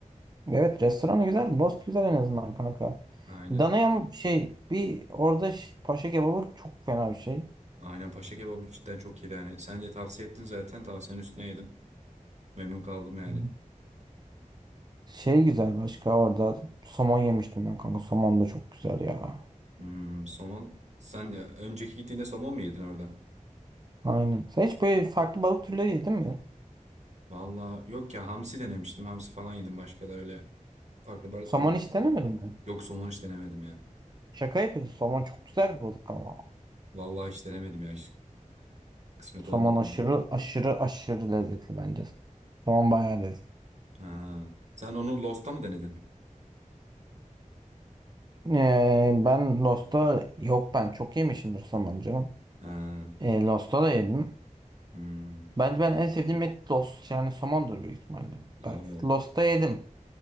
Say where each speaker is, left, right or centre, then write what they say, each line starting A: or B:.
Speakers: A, on the right; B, on the right.
A: Evet restoranı güzel. Lost güzel en azından kanka.
B: Aynen.
A: Danaya mı şey bir orada ş- paşa kebabı çok fena bir şey.
B: Aynen paşa kebabı cidden çok iyiydi yani. Sen de tavsiye ettin zaten. Tavsiyenin üstüne yedim. Memnun kaldım yani.
A: Hmm. Şey güzel başka orada somon yemiştim ben kanka. Somon da çok güzel ya.
B: Hmm, somon. Sen önceki gittiğinde somon mu yedin orada?
A: Aynen. Sen hiç böyle farklı balık türleri yedin mi?
B: Valla yok ya hamsi denemiştim. Hamsi falan yedim başka da öyle. Farklı balık
A: Somon
B: türlü.
A: hiç denemedin mi?
B: Yok somon hiç denemedim ya.
A: Şaka yapıyorsun. Somon çok güzel bir balık ama.
B: Vallahi hiç denemedim ya. Hiç kısmet
A: Somon
B: olmadı.
A: aşırı aşırı aşırı lezzetli bence. Somon bayağı lezzetli.
B: Ha. Sen onu Lost'ta mı denedin?
A: Ee, ben Lost'ta yok ben çok yemişimdir somon canım.
B: Ha.
A: Ee, Lost'ta da yedim.
B: Hmm.
A: Bence ben en sevdiğim et Lost yani somondur büyük ihtimalle. Bak
B: Oo.
A: Lost'ta yedim.